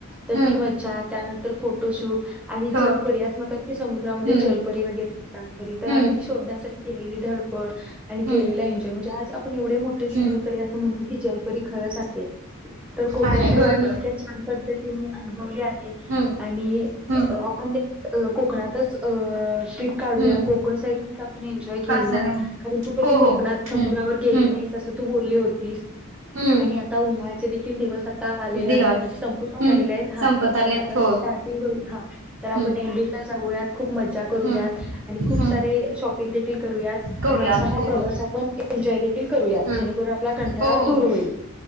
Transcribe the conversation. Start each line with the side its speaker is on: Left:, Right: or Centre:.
Centre: तर
Right: हम्म हम्म
Centre: ती मज्जा त्यानंतर फोटोशूट आणि
Right: होय
Centre: जलपरी अस म्हणतात कि समुद्रामध्ये
Right: हम्म
Centre: जलपरी वगैरे असतात परी तर
Right: हम्म
Centre: आम्ही शोधण्यासाठी केलेली धडपड आणि
Right: हम्म
Centre: केलेला एन्जॉय म्हणजे आज आ एवढे मोठे झालो
Right: हम्म
Centre: तरी अस म्हणतो कि जलपरी खरंच असते तर कोकण
Right: आहे
Centre: साईड
Right: होय
Centre: आम्ही
Right: होय
Centre: इतक्या छान पद्ध तीने अनुभवल आहे
Right: हम्म
Centre: आणि
Right: हम्म
Centre: अ आपण जे कोकणातचं अ ट्रिप काढूया
Right: हम्म
Centre: कोकण साईडचीच आपण एन्जॉय घेऊया
Right: कासना
Centre: कारण तू कधी
Right: हो
Centre: कोकणात
Right: हो
Centre: समुद्रावर
Right: हम्म
Centre: गेली
Right: हम्म
Centre: नाहीस अस तू बोली होतीस.
Right: हम्म
Centre: आणि आता उन्हाळ्याचे देखील दिवस ता आलेले
Right: देवाच
Centre: आहेत, म्हणजे संपुष्टात
Right: हम्म
Centre: आलेले आहेत. हा
Right: संपत आल्यात
Centre: आत्ता
Right: हो
Centre: स्टार्टींग हा, तर आपण
Right: हम्म
Centre: एंडिंगला जाऊयात खूप मज्जा करूयात,
Right: हम्म
Centre: आणि खूप
Right: हम्म
Centre: सारी शॉपिंग देखील करूयात,
Right: करूयात
Centre: आणि असा हा
Right: हो
Centre: प्रवास
Right: हो
Centre: आपण एन्जॉय देखील करूयात.
Right: हम्म
Centre: जेणेकरून आपला कंटाळा
Right: हो हो
Centre: दूर
Right: हो
Centre: होईल.